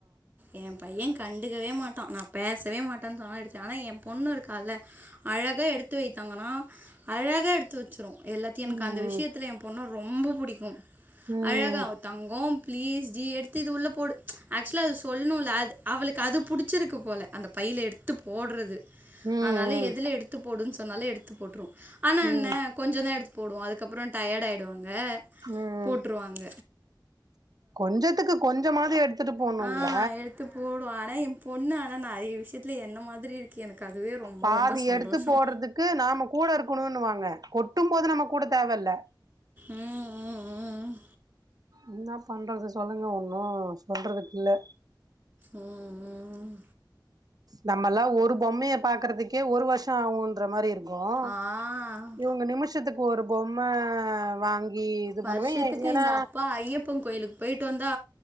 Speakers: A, on the right (about 30°); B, on the right (about 55°).
A: எ பைய கண் எடுக்கவே மாட்டா நா பேசவே மாட்டன் சொன்னாலு எடுத்தே ஆனா எ பொண்ணு இருக்கால்ல அழகா எடுத்து வெயி தங்கோன்னா அழகாக எடுத்து வெச்சுரு எல்லாத்தையு எனக்கு
B: ம்
A: அந்த விஷ்யத்துல எம் பொண்ண ரொம் ரொம்ப புடிக்கு
B: ம்
A: அழகா அவ தங்கோம் பிளீஸ் டி எடுத்து இது உள்ள போடு ஏக்சுவலா அதுஸ் சொல்ணுல்ல அது அவுளுக்கு அது புடுச்சுருக்கு போல அந்த பையில எடுத்து போடுறது
B: ம் ம்
A: ஆனாலு எதுல எடுத்து போடுன்ஸ் சொன்னாலே எடுத்து போட் று ஆனா
B: ம்
A: என்ன கொஞ்சந்தா எடுத்து போடு அதுக் அதுக்கப்பறம் டயட் ஆகிடான் அங்க
B: ம்
A: போட்டுருவாங்க
B: கொஞ்சத்துக்கு கொஞ்சமாவ எடுத்துட்டு போணும்ல
A: ஹா எடுத்து போடுவ ஆனா பொண்ணு ஆனா நறைய விஷயத்துல என்ன மாதிரி இருக்கு எனக்கு அதுவே ரொம்ப
B: பாதி
A: ரொம்ப சந்தோஷோ
B: எடுத்து போடுறதுக்கு நாம கூட இருக்கணும்னுவாங்க கொட்டும் போது நம கூட தேவ இல்ல
A: உம்-உம்-உம்
B: என்ன பண்றது சொல்லுங்க ஒன்னும் சொல்றதுக்கு இல்ல
A: உம்-உம்
B: நம்மல்லாம் ஒரு பொம்மையை பாக்குறதுக்கே ஒரு வருஷம் ஆகம்யின்ற மாதிரி இருக்கும்
A: ஆ
B: இவுங்க நிமிஷத்துக்கு ஒரு பொம்மை வாங்கி இது
A: வருஷத்துக்கு
B: பண்ணுவே ஏன்னா
A: இந்த அப்பா ஐயப்பன் கோயிலுக்கு போயிட்டு வந்தா